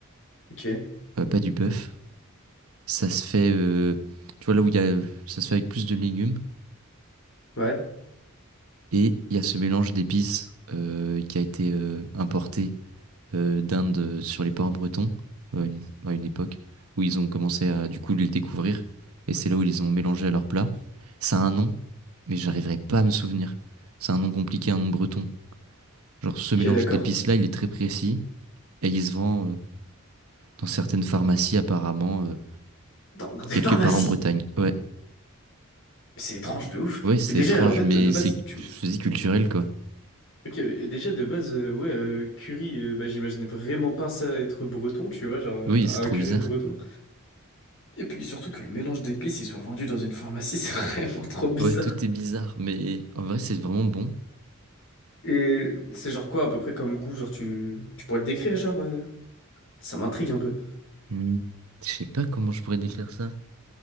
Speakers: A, on the left; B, on the right.
A: Ok.
B: Euh, pas du bœuf. Ça se fait. euh, Tu vois, là où il y a. Ça se fait avec plus de légumes.
A: Ouais.
B: Et il y a ce mélange d'épices euh, qui a été euh, importé euh, d'Inde euh, sur les ports bretons euh, une- à une époque où ils ont commencé à, du coup, les découvrir. Et c'est là où ils les ont mélangés à leur plat. Ça a un nom, mais j'arriverai pas à me souvenir. C'est un nom compliqué, un nom breton. Genre, ce mélange
A: Ok, d'accord.
B: d'épices-là, il est très précis. Et il se vend euh, dans certaines pharmacies, apparemment. euh,
A: dans, dans des
B: Quelque
A: pharmacies.
B: part en Bretagne. Ouais.
A: C'est étrange de ouf.
B: Ouais, c'est
A: Mais déjà,
B: étrange,
A: en fait,
B: mais
A: de base,
B: c'est
A: tu...
B: je dis culturel, quoi.
A: Ok, mais déjà, de base, euh, ouais, euh, curry, euh, bah, j'imagine vraiment pas ça être breton, tu vois, genre euh,
B: Oui,
A: un
B: c'est trop
A: curry
B: bizarre.
A: breton. Et puis surtout que le mélange d'épices, il soit vendu dans une pharmacie, <laughs> c'est vraiment trop bizarre.
B: Ouais, tout est bizarre, mais en vrai, c'est vraiment bon.
A: Et c'est genre quoi à peu près comme goût, genre tu, tu pourrais le décrire, genre euh, ça m'intrigue un peu.
B: Hmm. Je sais pas comment je pourrais décrire ça.